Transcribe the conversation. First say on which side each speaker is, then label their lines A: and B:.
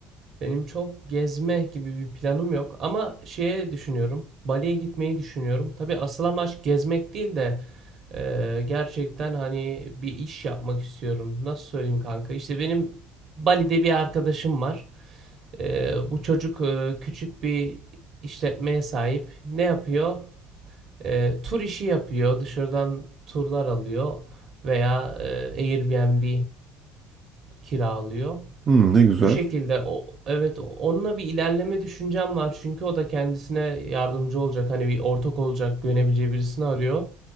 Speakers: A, on the right (about 50°); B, on the right (about 30°).
A: benim çok gezme gibi bir planım yok. Ama şeye düşünüyorum. Bali'ye gitmeyi düşünüyorum. Tabii asıl amaç gezmek değil de eee, gerçekten hani bir iş yapmak istiyorum. Nasıl söyleyeyim kanka? İşte benim Bali'de bir arkadaşım var. Eee, bu çocuk eee, küçük bir işletmeye sahip. Ne yapıyor? e, tur işi yapıyor, dışarıdan turlar alıyor veya e, Airbnb kiralıyor.
B: Hmm, ne güzel.
A: Bu şekilde o, evet onunla bir ilerleme düşüncem var çünkü o da kendisine yardımcı olacak hani bir ortak olacak güvenebileceği birisini arıyor.